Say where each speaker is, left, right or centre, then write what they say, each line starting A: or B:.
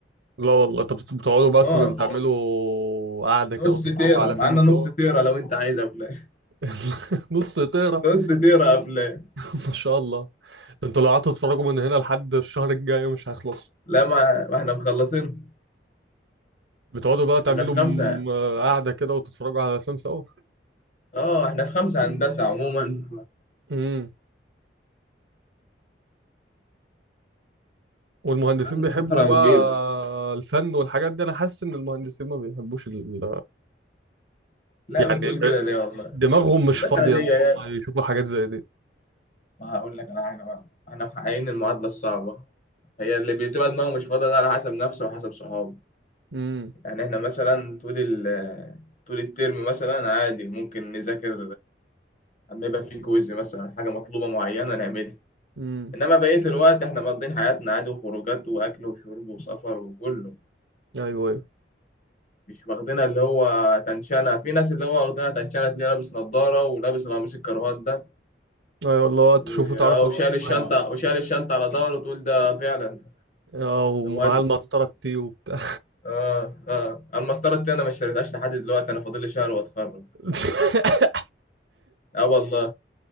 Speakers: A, on the right; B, on the left.
A: لا والله طب بتقعدوا مثلا
B: آه
A: تعملوا قعدة كده
B: نص
A: وتتفرجوا
B: تيرة
A: على
B: معانا
A: فيلم سوا
B: نص تيرة لو أنت عايز أفلام
A: <laughs> نص طيرة
B: <laughs> نص تيرة أفلام
A: <laughs> ما شاء الله ده انتوا لو قعدتوا تتفرجوا من هنا لحد الشهر الجاي مش هيخلص
B: لا ما ما إحنا مخلصين
A: بتقعدوا بقى تعملوا
B: إحنا في خمسة
A: م- قعدة كده وتتفرجوا على أفلام سوا
B: آه إحنا في خمسة هندسة عموما
A: امم والمهندسين
B: بقالنا
A: بيحبوا
B: فترة
A: بقى
B: كبيرة
A: الفن والحاجات دي انا حاسس ان المهندسين ما بيحبوش ال...
B: لا
A: يعني
B: بتقول
A: ب-
B: كده ليه والله
A: دماغهم مش
B: مش
A: فاضية
B: عادية
A: ان هم
B: يعني.
A: يشوفوا حاجات زي دي
B: ما هقول لك على حاجة بقى احنا محققين المعادلة الصعبة هي اللي بتبقى دماغه مش فاضية ده على حسب نفسه وحسب صحابه
A: امم
B: يعني احنا مثلا طول ال طول الترم مثلا عادي ممكن نذاكر لما يبقى في كويز مثلا حاجة مطلوبة معينة نعملها
A: امم
B: انما بقية الوقت احنا مقضيين حياتنا عادي وخروجات واكل وشرب وسفر وكله
A: ايوه ايوه
B: مش واخدينها اللي هو تنشنة في ناس اللي هو واخدينها تنشنة تلاقيه لابس نضارة ولابس قميص الكروات ده
A: ايوه والله وقت
B: و-
A: تشوفه تعرف
B: آه،
A: انه
B: وشايل الشنطة
A: مهندس
B: وشايل الشنطة على ظهره تقول ده فعلا
A: اه ومعاه
B: ده مهندس
A: المسطرة التي وبتاع
B: اه اه المسطره التانية ما اشتريتهاش لحد دلوقتي انا فاضل لي شهر واتخرج
A: <laughs>
B: اه والله